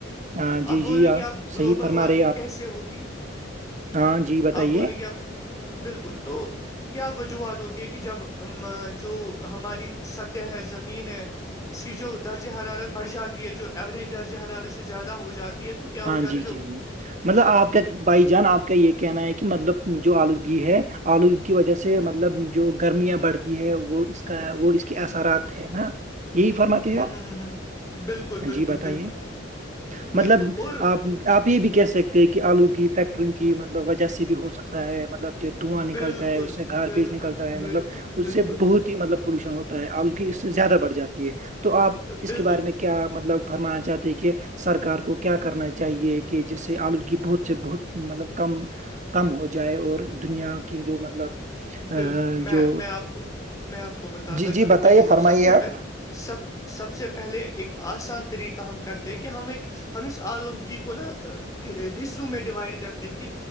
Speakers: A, on the right (about 40°); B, on the left (about 15°).
A: ہاں جی
B: اب بولیں
A: جی آپ
B: گے اب گلوبل
A: صحیح فرما
B: وارمنگ
A: رہے آپ
B: کیسے ہوگی
A: ہاں جی بتائیے
B: آپ بولیں گے آپ بالکل تو کیا وجوہات ہوتی ہے کہ جب جو ہماری سطح ہے زمین ہے اس کی جو درج حرارت بڑھ جاتی ہے جو ایوریج درج حرارت سے زیادہ ہو جاتی ہے تو کیا ہو
A: ہاں
B: جاتی
A: جی جی جی مطلب آپ کے بھائی جی جان آپ کا یہ کہنا ہے کہ مطلب جو آلودگی ہے آلودگی کی وجہ
B: ہوں،
A: سے
B: ہوں،
A: مطلب جو گرمیاں بڑھتی ہے وہ اس کا وہ اس کے اثرات ہے نا یہی فرماتے
B: ہوں،
A: ہیں آپ
B: ہوں، ہوں، ہوں۔ بالکل بالکل
A: جی بتائیے
B: بالکل
A: مطلب
B: بالکل اور
A: آپ آپ یہ بھی کہہ سکتے ہیں کہ آلو کی فیکٹریوں کی مطلب وجہ سے بھی ہو سکتا ہے مطلب جو دھواں نکلتا
B: بالکل
A: ہے اس سے گار
B: بالکل
A: بییج نکلتا ہے مطلب
B: بالکل
A: اس
B: بالکل
A: سے بہت مطلب پولوشن ہوتا ہے آلودگی اس سے زیادہ بڑھ جاتی ہے تو آپ اس
B: بالکل
A: کے بارے میں کیا کیا مطلب فرمانا چاہتے کہ سرار کو کیا کرنا چاہیے کہ جس سے آلودگی بہت سے بہت مطلب کم کم ہو جائے اور دنیا کی جو مطلب ا،
B: بالکل میں
A: جو
B: میں آپ کو میں آپ کو بتاتا
A: جی
B: چلوں
A: جی بتائیے
B: دیکھو
A: فرمائیے
B: سب سے
A: آپ
B: پہلے سب سب سے پہلے ایک آسان طریقہ ہم کرتے ہیں کہ ہم ایک ہم اس آلودگی کو نا حصوں میں ڈیوائڈ کرتے کہ